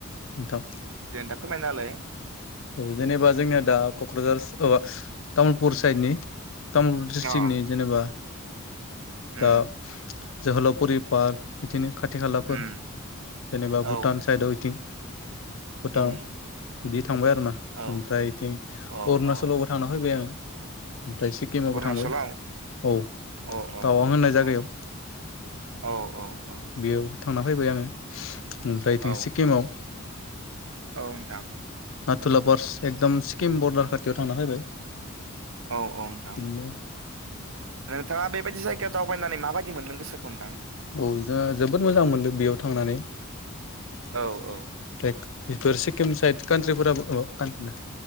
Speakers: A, on the left; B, on the right.
A: नोंथां
B: दे नोंथां फोरमायना होलाय
A: औ जेनेबा जोंनिया दा क'क्राझारक अ माबा तामुलपुर साइडनि तामुलपुर डिस्ट्रिक्कनि
B: अ
A: जेनेबा
B: उम
A: दा जोहोलावफुरि पार्क बिदिनो खाथ थि खालाफोर
B: उम
A: जेनेबा
B: औ
A: भुटान साइडआव इथिंनो <inaudible> भुटान
B: उम
A: बिदि थांबाय आरोना
B: औ
A: ओमफ्राय बिथिं अरुणाचलावबो
B: अ अ
A: थांना फैबाय आङो ओमफ्राय सिक्किमाबबो
B: अरुणाचलाव
A: थांबाय औ
B: अ अ
A: तावां होननाय जायगायाव
B: औ औ औ औ
A: बेयाव थांना फैबाय आङो ओमफ्रा इथिं
B: औ
A: सिक्किमाव
B: औ नोंथां
A: नाथुलापार्स एकदम सिक्किम बरदार खाथियाव थांना फैबाय
B: औ औ नोंथां
A: बिदिनो
B: नोंथाङा बेबायदि जायगायाव दावबायनानै माबायदि बिदि मोनदों गोसोखौ नोंथां
A: औ जोंङो जोबोद मोजां मोनदों बेयाव थांनानै ओमफ्राय
B: औ औ
A: बेफोर सिक्किम साइद कान्ट्रिफोराबो ओ कान्ट्रिनो